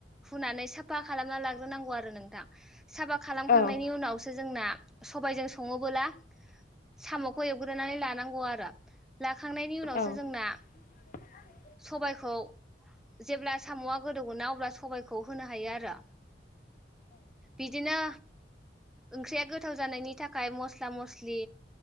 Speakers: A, in the centre; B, on the left.
A: हुनानै साफा खालामना लाग्रोनांगौ आरो नोंथां। साफा खालामखांनायनि
B: औ
A: उनाव सो जोंना सबायजों सङोबोला साम'खौ एवग्रोनानै लानांगौ आरो। लाखांनायनि उनावसो
B: औ
A: जोंना
B: <inaudible>
A: सबायखौ जेब्ला साम'आ गोदौ गोना अब्ला सबायखौ होनो हायो आरो। बिदिनो ओंख्रिया गोथाव जानायनि थाखाय मस्ला मस्लि